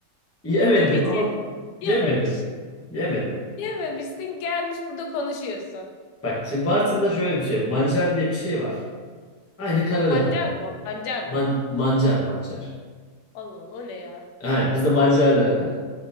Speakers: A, on the left; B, on the left.
A: yemedim
B: Dur hiç
A: ama
B: yedin. Yememiş.
A: yemedim. Yemedim.
B: Yememişsin gelmiş burada konuşuyorsun.
A: Bak şimdi Bartın'da şöyle bir şey. Mancar diye bir şey var. Aynı kara
B: Pancar
A: lahana yani.
B: mı? o? Pancar mı?
A: Man, mancar mancar.
B: Allah Allah o ne ya?
A: Aynen bizde mancar derler.